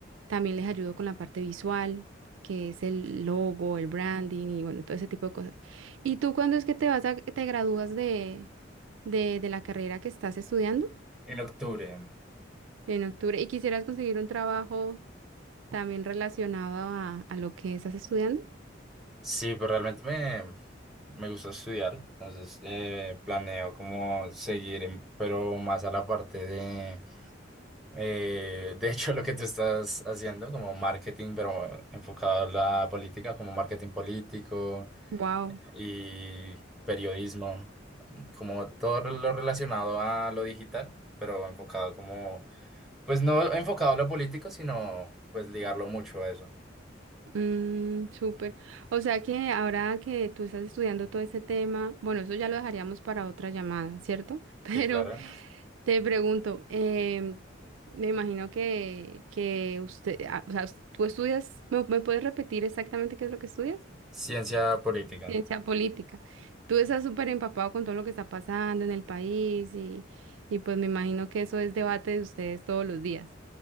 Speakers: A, on the right; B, in the centre.
A: también les ayudo con la parte visual, que es el logo, el branding y bueno, todo ese tipo de cosas. ¿Y tú cuándo es que te vas a, te gradúas de, de de la carrera que estás estudiando?
B: En octubre.
A: en octubre. ¿Y quisieras conseguir un trabajo también relacionado a, a lo que estás estudiando?
B: Sí, pero realmente me, me gusta estudiar, entonces eh, planeo como seguir, en- pero más a la parte de, eh, de hecho, <laughs> lo que tú estás haciendo, como marketing, pero enfocado a la política, como marketing político.
A: Wow,
B: y periodismo, como todo lo relacionado a lo digital, pero enfocado como, pues no enfocado a lo político, sino pues ligarlo mucho a eso.
A: Mm, súper. O sea que ahora que tú estás estudiando todo ese tema, bueno, eso ya lo dejaríamos para otra llamada, ¿cierto? <laughs> Pero
B: Sí, claro.
A: te pregunto, em, me imagino que, que usted, ah, o sea, tú estudias, ¿me, me puedes repetir exactamente qué es lo que estudias?
B: Ciencia política.
A: Ciencia política. Tú estás súper empapado con todo lo que está pasando en el país y, y pues me imagino que eso es debate de ustedes todos los días.